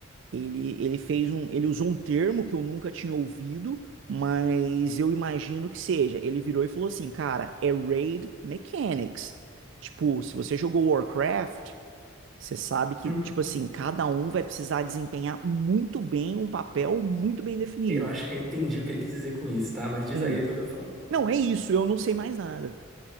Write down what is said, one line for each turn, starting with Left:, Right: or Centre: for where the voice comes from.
Right: Ele, ele fez um, ele usou um termo que eu nunca tinha ouvido, mas eu imagino que seja. Ele virou e falou assim, cara, é raid mechanics. Tipo, se você jogou Warcraft, você sabe que,
Centre: Hum,
Right: tipo assim, cada um vai precisar desempenhar muito bem um papel muito bem definido.
Centre: Eu acho que eu entendi o que ele quis dizer com isso, tá? Mas diz
Right: Hum.
Centre: aí, depois eu falo.
Right: Não, é isso, eu não sei mais nada.